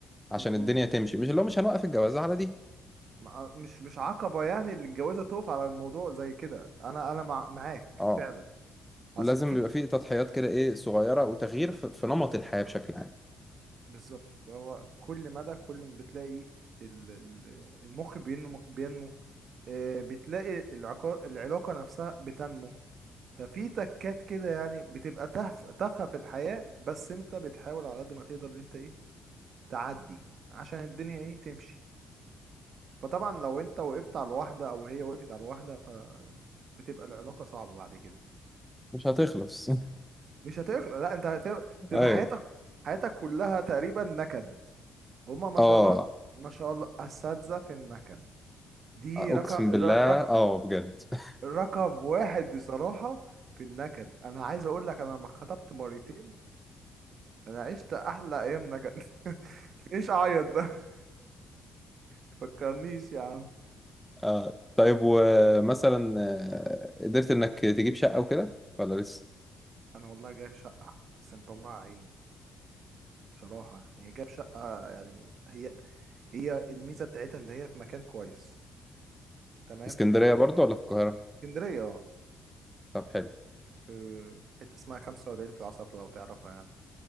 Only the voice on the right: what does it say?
مظبوط
ما- مش مش عقبة يعني اللي الجوازة تقف على الموضوع زي كده انا انا مع... معاك
فعلا أصل
في
بالظبط هو كل مدى كل ما بتلاقي ال- ال- المخ بينمو بينمو آه، بتلاقي العقا- العلاقة نفسها بتنمو ففي تكات كده يعني بتبقى تهف- تافهة في الحياة بس انت بتحاول على قد ما تقدر ان انت ايه تعدي عشان الدنيا ايه تمشي فطبعا لو انت وقفت على الواحدة او هي وقفت على الواحدة ف بتبقى العلاقة صعبة بعد كده
مش هتخلق لا انت هتبقى
حياتك حياتك كلها تقريبا نكد هما ما
شاء الله ما شاء الله أساتذة في النكد دي
رقم
رقم
رقم واحد بصراحة في النكد أنا عايز أقول لك أنا لما اتخطبت مرتين أنا عشت أحلى أيام نكد <laughs> ليش أعيط ده <laughs> تفكرنيش يا عم
أنا والله جايب شقة بس مطلع عيني بصراحة هي جايب شقة يعني هي هي الميزة بتاعتها اللي هي في مكان كويس تمام
اسكندرية اه
في في حتة اسمها 45 في العصر لو تعرفها يعني